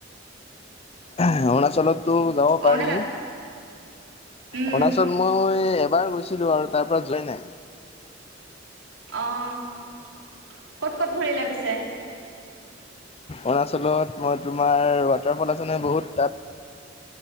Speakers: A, on the left; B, on the right.
A: অৰুণাচলতো যাব পাৰি,
B: অৰুণা উম
A: অৰুণাচল মই এবাৰ গৈছিলো আৰু তাৰ পৰা যোৱা নাই।
B: অ', ক'ত ক'ত ঘূৰিলা পিছে?
A: অৰুণাচলত মই তোমাৰ ৱাটাৰফল আছে নহয়, বহুত তাত